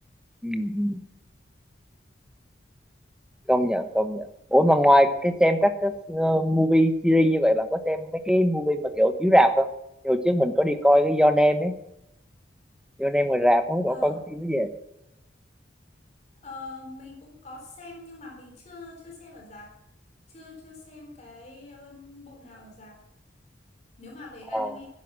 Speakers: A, in the centre; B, on the left.
A: ừ, ừ. công nhận công nhận ủa mà ngoài cái xem các cái ờ, movie series như vậy bạn có xem mấy cái movie mà kiểu chiếu rạp không Thì hồi trước mình có đi coi cái Your Name ấy Your Name ngoài rạp không biết
B: Ờ
A: bạn có coi cái phim đó gì
B: Ờ, mình cũng có xem nhưng mà mình chưa chưa xem ở rạp, chưa chưa xem cái um, bộ nào ở rạp. Nếu mà về anime,
A: à,